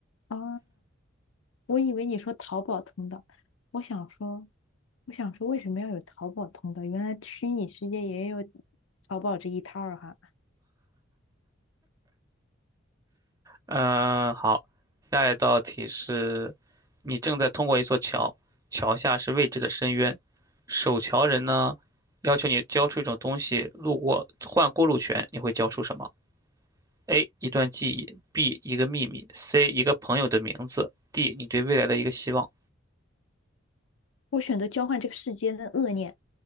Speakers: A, on the left; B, on the right.
A: 啊？我以为你说淘宝通道，我想说，我想说为什么要有淘宝通道？原来虚拟世界也有淘宝这一套儿哈。
B: 嗯，好，下一道题是，你正在通过一座桥，桥下是未知的深渊，守桥人呢要求你交出一种东西，路过换过路权，你会交出什么？A 一段记忆，B 一个秘密，C 一个朋友的名字，D 你对未来的一个希望。
A: 我选择交换这个世间的恶念。